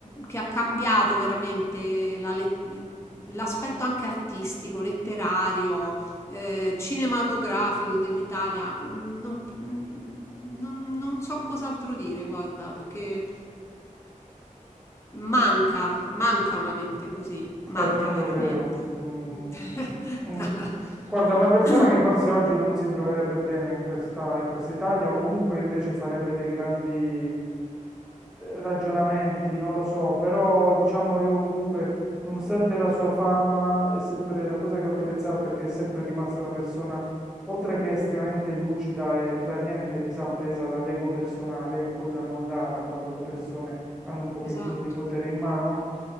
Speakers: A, on the left; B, in the centre.
A: che ha cambiato veramente la let- l'aspetto anche artistico, letterario, eh, cinematografico dell'Italia, non, non, non so cos'altro dire, guarda, perché manca, manca una mente così, manca
B: È proprio
A: veramente.
B: vero. Mm,
A: <laughs>
B: mm. Guarda, una persona che forse oggi non si troverebbe bene in questa, in questa Italia o comunque invece farebbe dei grandi eh, ragionamenti, non lo so, però diciamo io comunque, nonostante la sua fama, è sempre, la cosa che ho apprezzato è che è sempre rimasta una persona, oltre che estremamente lucida e per niente mi sa presa dall'ego personale, cosa non rara quando le persone hanno un pochettino
A: Esatto.
B: di potere in mano.